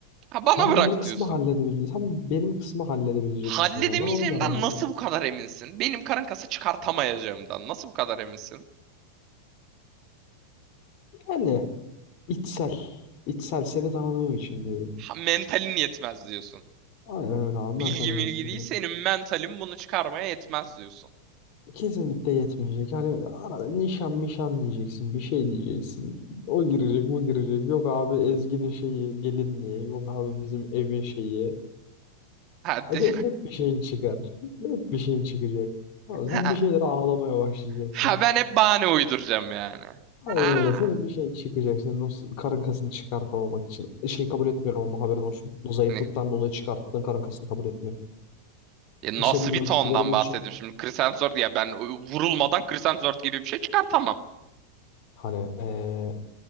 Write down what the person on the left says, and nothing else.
Sen
benim kısmı
halledebilecek. Sen benim kısmı halledebilecek
misin ama ben onu merak ediyorum.
Yani içsel. içsel seni tanıdığım için diyorum.
Aynen öyle abi
mental
yetmeyecek.
Kesinlikle yetmeyecek. Hani arada nişan mişan diyeceksin. Bir şey diyeceksin. O girecek bu girecek. Yok abi Ezgi'nin şeyi gelinliği. Yok abi bizim evin şeyi.
Ya Senin hep bir şeyin çıkar. Hep bir şeyin çıkacak. Abi
sen
bir şeyler ağlamaya başlayacaksın.
Aynen
öyle. Senin bir şeyin çıkacak. Senin o s- karın kasını çıkartamamak için. E, Şey kabul etmiyorum ama haberin olsun. O zayıflıktan
dolayı çıkarttığın karın kasını kabul etmiyorum.
Senin ölçülerin
için
hani eee,